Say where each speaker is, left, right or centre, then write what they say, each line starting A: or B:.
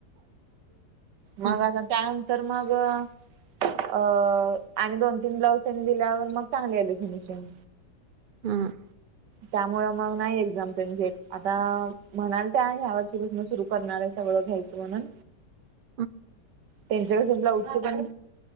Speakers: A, on the right; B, on the right.
A: हम्म
B: मग आता त्यानंतर मग अ अ आणि दोन तीन ब्लाऊज त्यांनी दिल्यावर मग चांगली आली फिनिशिंग
A: हम
B: त्यामुळे मग नाही एक्झाम त्यांचे आता म्हणाल त्याह्या ची पासुन सुरु. करणार आहे सगळं घ्यायचं म्हणून
A: आवाज नाही
B: त्यांच्याकस ब्लाऊज पण